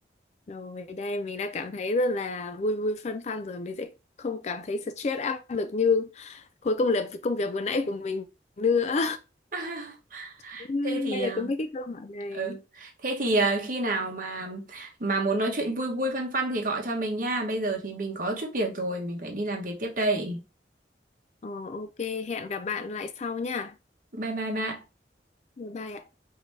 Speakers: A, on the left; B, on the right.
A: rồi đây mình đã cảm thấy rất là vui vui fun fun rồi mình sẽ không cảm thấy stress áp lực như khối công việc công việc vừa nãy của mình nữa
B: <laughs>
A: Đúng rồi,
B: thế thì
A: may là
B: à,
A: có mấy cái câu hỏi này
B: ừ. thế thì à, khi nào mà mà muốn nói chuyện vui vui phân phân thì gọi cho mình nha bây giờ thì mình có chút việc rồi mình phải đi làm việc tiếp đây
A: ờ, ok hẹn gặp bạn lại sau nha
B: bye bye bạn
A: bye bye ạ